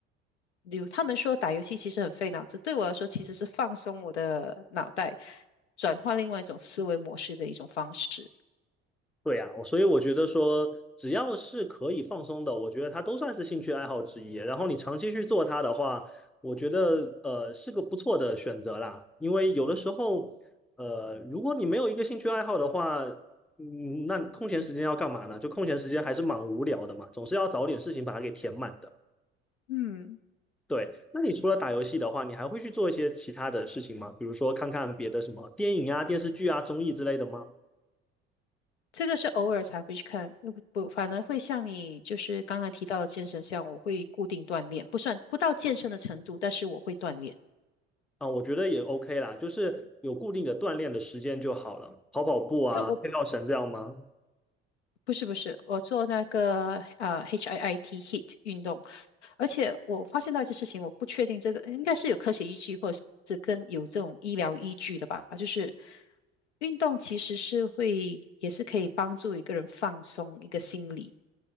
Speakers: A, on the left; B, in the centre.
A: 如他们说打游戏其实很费脑子，对我来说其实是放松我的脑袋，转换另外一种思维模式的一种方式。
B: 对呀，我所以我觉得说，只要是可以放松的，我觉得它都算是兴趣爱好之一。然后你长期去做它的话，我觉得呃是个不错的选择啦。因为有的时候，呃，如果你没有一个兴趣爱好的话，嗯，那空闲时间要干嘛呢？就空闲时间还是蛮无聊的嘛，总是要找点事情把它给填满的。
A: 嗯，
B: 对，那你除了打游戏的话，你还会去做一些其他的事情吗？比如说看看别的什么电影啊、电视剧啊、综艺之类的吗？
A: 这个是偶尔才会去看，呃不，反而会像你就是刚才提到的健身像我会固定锻炼，不算不到健身的程度，但是我会锻炼。
B: 啊，我觉得也 OK 啦，就是有固定的锻炼的时间就好了，跑跑步啊，
A: 就我
B: 跳跳绳这样吗？
A: 不是不是，我做那个呃 HIIT HIIT 运动，而且我发现到一件事情，我不确定这个应该是有科学依据，或者是跟有这种医疗依据的吧。就是运动其实是会，也是可以帮助一个人放松一个心理，